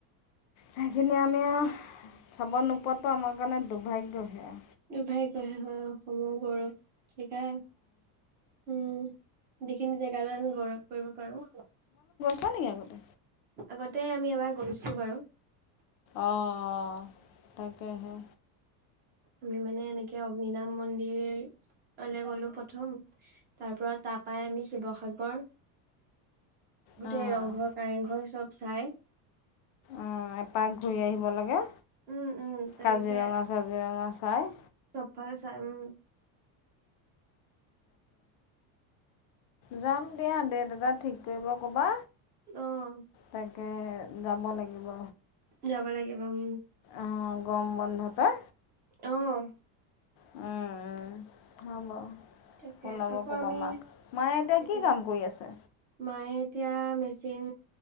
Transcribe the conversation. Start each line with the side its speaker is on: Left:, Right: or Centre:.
Left: সেইখিনি আমি আৰু চাব নোপোৱাটো আমাৰ কাৰণে দুভাগ্যহে।
Right: দুভাগ্যহে হয় অ অসমৰ গৌৰৱ সিকা। উম যিখিনি জেগালৈ আমি গৌৰৱ কৰিব পাৰো।
Left: ত নেকি আগতে?
Right: আগতে আমি এবাৰ গৈছো বাৰু।
Left: অহ তাকেহে।
Right: আমি মানে এনেকে অগ্নি নাম মন্দিৰ। লে গলো প্ৰথম। তাৰ পৰা তাপাই আমি শিৱসাগৰ। গোটেই
Left: অ',
Right: ৰংঘৰ, কাৰেংঘৰ চব চাই।
Left: অ এপাক ঘূৰি আহিব লাগে।
Right: উম উম তেনেকে
Left: কাজিৰঙা চাজিৰঙা চাই।
Right: ফালেচাই উম।
Left: যাম দিয়া ডেট এটা ঠিক কৰিব কবা।
Right: অ
Left: তাকে যাব লাগিব।
Right: যাব লাগিব উম।
Left: অ গৰম বন্ধতে।
Right: অঁ
Left: উম উম হ ব।
Right: তাকে
Left: ওলাব
Right: আকৌ
Left: ক'বা
Right: আমি
Left: মাক মায়ে এতিয়া
Right: তাকে
Left: কি কাম কৰি আছে।
Right: মায়ে এতিয়া মেচিন